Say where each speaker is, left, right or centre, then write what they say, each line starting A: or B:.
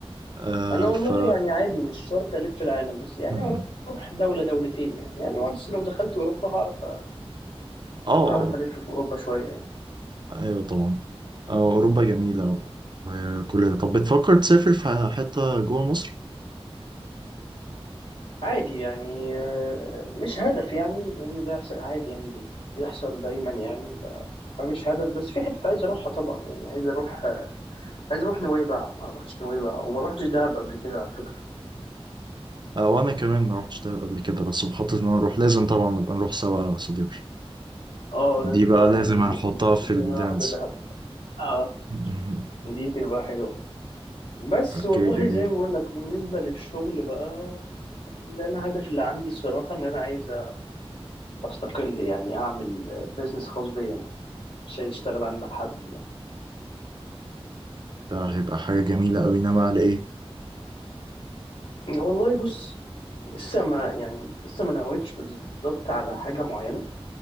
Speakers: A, on the right (about 45°); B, on the left (about 65°).
A: آه،
B: انا والله
A: ف
B: يعني عادي مش شرط الف العالم بس يعني
A: م- م.
B: اروح دولة دولتين يعني يعني وانس لو دخلت اوروبا هعرف
A: اه
B: هعرف الف في اوروبا شوية يعني
A: ايوه طبعا آه، اوروبا جميله وكل ده طب بتفكر تسافر في حته جوه مصر
B: عادي يعني آه، مش هدف يعني لأن ده س- عادي يعني بي- بيحصل دايما يعني ف... فمش هدف بس في حتة عايز أروحها طبعا يعني عايز أروح آه، عايز أروح نويبع ما روحتش نويبع وما روحتش دهب قبل كده على فكرة
A: آه، وانا كمان ما رحتش ده قبل كده بس بخطط ان انا اروح لازم طبعا نبقى نروح سوا يا صديقي
B: اه لازم
A: دي بقى
B: آه،
A: لازم
B: ن-
A: هنحطها في
B: ن- دي
A: الدانس
B: واحدة دهب اه
A: <laughs>
B: دي تبقى حلوة بس
A: اوكي
B: والله
A: جميل
B: زي ما بقول لك بالنسبة للشغل بقى اللي أنا هدف اللي عندي الصراحة إن أنا عايز أستقل يعني أعمل بيزنس خاص بيا أنا مش عايز أشتغل عند حد يعني
A: ده هيبقى حاجه جميله قوي انما على ايه
B: والله بص لسه ما يعني لسه ما نويتش بالظبط على حاجة معينة